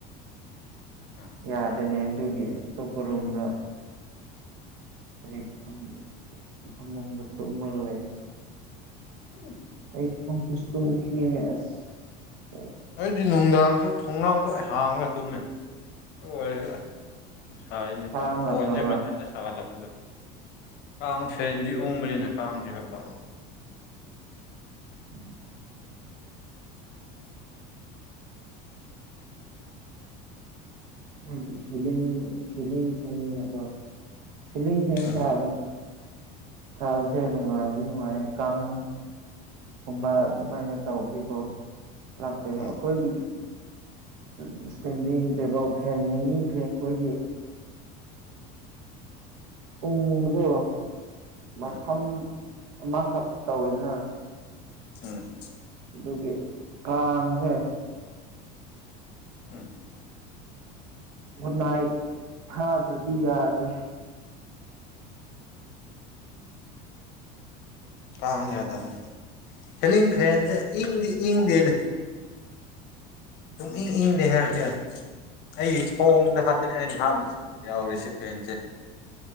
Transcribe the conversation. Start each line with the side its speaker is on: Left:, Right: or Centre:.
Left: ꯎꯝ
Right: ꯌꯥꯗꯦꯅꯦ ꯑꯗꯨꯒꯤ ꯑꯇꯣꯞꯄꯔꯣꯝꯗ ꯑꯩ ꯐꯝ ꯐꯃꯨꯡꯗ ꯇꯨꯝꯃꯒ ꯂꯩꯌꯦ
Left: <unintelligible>
Right: <unintelligible>
Left: ꯑꯩꯗꯤ ꯅꯨꯡꯗꯥꯡꯖꯨ ꯊꯣꯡꯅꯥꯎ ꯂꯣꯏ ꯍꯥꯡꯉ ꯇꯨꯝꯃꯦ ꯑꯣꯏꯔ ꯎꯝ ꯁꯥꯏꯌꯦꯅꯦ
Right: ꯀꯥꯡ
Left: ꯇꯥꯏ ꯐꯣꯟꯖꯦ
Right: ꯂꯥꯛꯇꯕ꯭ꯔꯥ
Left: ꯃꯊꯟꯗ ꯁꯥꯒꯂꯛ ꯀꯥꯡ ꯐꯦꯟꯗꯤ ꯎꯪꯕꯅꯤꯅ ꯀꯥꯡꯗꯤ ꯈꯔ ꯐꯥꯕ
Right: ꯎꯝ ꯑꯩꯗꯤ ꯁꯤꯂꯤꯡ ꯁꯤꯂꯤꯡ ꯐꯦꯟꯅꯤꯅꯀꯣ ꯁꯤꯂꯤꯡ ꯐꯦꯟ
Left: ꯎꯝ
Right: ꯊꯥꯕꯖꯦ ꯊꯕꯁꯦ ꯅꯨꯡꯉꯥꯏꯗꯤ ꯅꯨꯡꯉꯥꯏꯌꯦ ꯀꯥꯡ ꯨꯑꯃ ꯑꯗꯨꯃꯥꯏꯅ ꯇꯧꯕꯗꯤꯀꯣ ꯈꯔ ꯐꯩꯕ
Left: ꯎꯝ
Right: ꯑꯩꯈꯣꯏ ꯎꯝ ꯏꯁꯇꯦꯟꯗꯤꯡ ꯇꯦꯕꯜ ꯐꯦꯟ ꯃꯤꯅꯤ ꯐꯦꯟ ꯈꯣꯏꯗꯤ ꯎꯨꯡꯕꯗꯣ ꯃꯐꯝ
Left: ꯎꯝ
Right: ꯑꯃꯈꯛ ꯇꯧꯋꯦꯗꯅ
Left: ꯎꯝ
Right: ꯑꯗꯨꯒꯤ ꯀꯥꯡꯖꯦ
Left: ꯎꯝ
Right: ꯒꯨꯠ ꯅꯥꯏꯠ ꯊꯥꯗ꯭ꯔꯗꯤ ꯌꯥꯗ꯭ꯔꯦ
Left: ꯀꯥꯡ ꯌꯥꯗꯕꯅꯤ ꯁꯤꯂꯤꯡ ꯐꯦꯟꯖꯦ ꯏꯪꯗꯤ ꯏꯪꯗꯦꯅꯦ <unintelligible> ꯑꯩ ꯈꯣꯡꯗ ꯈꯛꯇꯅꯦ ꯑꯩꯅ ꯊꯥꯎꯏꯁꯦ ꯌꯥꯎꯔꯤꯁꯦ ꯐꯦꯟꯁꯦ